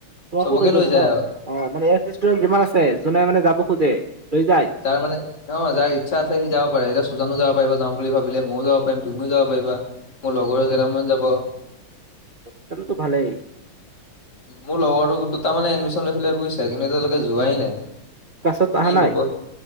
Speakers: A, on the right; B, on the left.
A: তোমাকো
B: চবকে
A: লৈ যাব
B: যায়
A: ন'।
B: আৰু
A: অহ, মানে এস্কষ্টুডেণ্ট যিমান আছে যোনে মানে যাব খোজে লৈ যায়।
B: তাৰমানে অহ, যায়। ইচ্ছা আছে ‌সি যাব পাৰে, এতিয়া সুজানো যাব পাৰিব যাম বুলি ভাবিলে, মইয়ো যাব পাৰিম, তুমিও যাব পাৰিবা। মোৰ লগৰ কেইটামান যাব।
A: সেইটোতো ভালেই।
B: মোৰ লগতো দুটা মানে এডমিচন লৈছিলে বুজিছা কিন্তু এতিয়ালৈকে যোৱাই নাই।
A: ক্লাছত
B: কি
A: আহা নাই?
B: হ'ব,